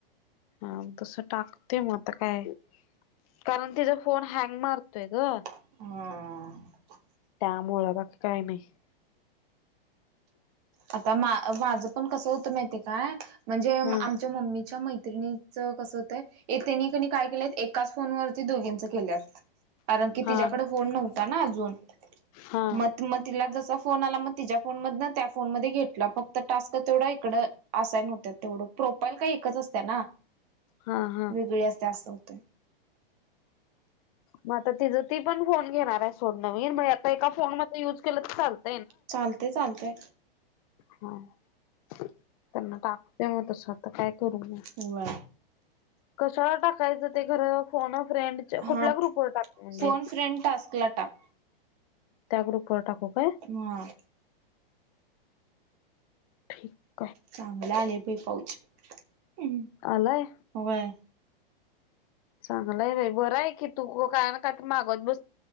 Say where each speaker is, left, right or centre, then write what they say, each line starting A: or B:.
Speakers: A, on the left; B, on the right.
A: हा तस टाकते मग आता काय कारण तिचा फोन हँग मारतोय ग
B: हम <unintelligible>
A: त्यामुळ बाकी काय नाही
B: आता मा माझं पण कसं होतं माहितीे काय म्हणजे
A: हा
B: आमच्या मम्मीच्या म <inaudible> कस होतय त्यानी कणी काय केलंय एकाच फोनवर दोघींच केल्यात कारण की
A: हा
B: तिच्याकड फोन नव्हता ना अजून
A: हा
B: मत मत तिला जसा फोन आला मग तिच्या फोन मधन त्या फोन मध्ये घेतला फक्त टास्क तेवढा इकड असायन तेवढ प्रॉप ल का <unintelligible> एकच असत्या ना
A: हा हा
B: वेगळी असत्या असं होतय
A: मग आता तिझ ती पण फोन घेणार आहे सोड नवीन आ <unintelligible> एका फोन मध्ये यूज केलंच चाल <unintelligible>
B: चालतेय चालतय
A: हा त्यांना टाकूतेव <unintelligible> तसं आता काय करू मी
B: व्हय.
A: कशाला टाकायचं ते र <unintelligible> फोन फ्रेंडचे
B: हा
A: कुठल्या ग्रुपवर टाकते म्हणजे
B: फोन फ्रेंड टास्कला टाक.
A: त्या ग्रुपवर टाकू काय
B: हा
A: ह <unintelligible>
B: चांगलं आले ते पाऊच हम्
A: आलाय.
B: वय
A: चांगलाय बाई बरं आहे कि तू काय ना कायतर मागत बस